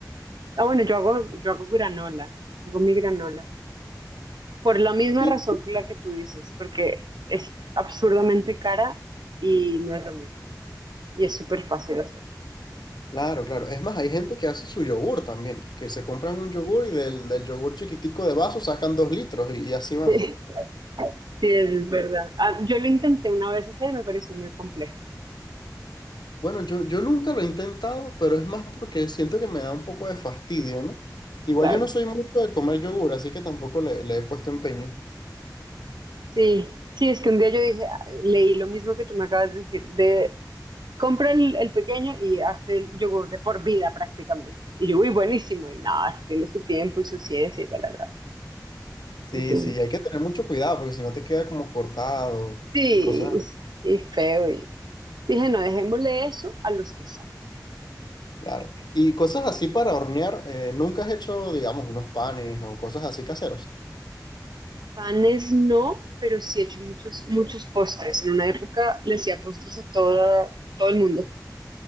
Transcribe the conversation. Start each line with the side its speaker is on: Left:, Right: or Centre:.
Right: Ah, bueno, yo hago, yo hago granola. Hago mi granola. Por la misma
Left: Sí,
Right: razón que la que tú dices, porque es absurdamente cara y no es lo mismo. Y es súper fácil hacerlo.
Left: claro, claro. Es más, hay gente que hace su yogur también, que se compran un yogur y del, del yogur chiquitico de vaso sacan dos litros y, y así van.
Right: <laughs> Sí, eso es verdad. Ah, yo lo intenté una vez hacer, me pareció muy complejo,
Left: Bueno, yo, yo nunca lo he intentado, pero es más porque siento que me da un poco de fastidio, ¿no? Igual
Right: claro.
Left: yo no soy mucho de comer yogur, así que tampoco le, le he puesto empeño.
Right: Sí, sí, es que un día yo dije, ah, leí lo mismo que tú me acabas de decir, de compra el, el pequeño y hazte el yogur de por vida prácticamente. Y yo, uy, buenísimo, y nada, eso tiene su tiempo y su ciencia y tal, tal, tal.
Left: Sí,
Right: Entonces,
Left: sí, hay que tener mucho cuidado porque si no te queda como cortado
Right: sí,
Left: y cosas,
Right: y, y feo. Y dije, no, dejémosle eso a los que saben.
Left: claro. Y cosas así para hornear, eh, nunca has hecho, digamos, unos panes o cosas así caseros.
Right: Panes no, pero sí he hecho muchos, muchos postres. En una época le hacía postres a todo, todo el mundo.